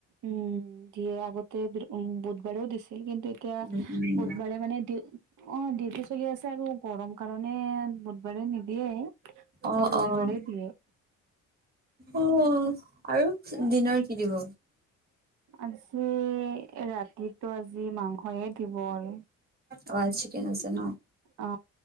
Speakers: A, on the right; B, on the right.
A: উম দিয় আগতে বুধবাৰেও দিছে কিন্তু এতিয়া
B: উম, উম,
A: বুধবাৰে মানেউ অ ডিউটি চলি আছে আৰু গৰম কাৰণে বুধবাৰে নিদিয়ে অকল
B: অ',
A: ৰবিবাৰে
B: অ',
A: দিয়ে
B: অ', আৰু দিনৰ কি দিব
A: আজি ৰাতিটো আজি মাংসয়ে দিব আৰু
B: অ', আজি চিকেন আছে ন?
A: অ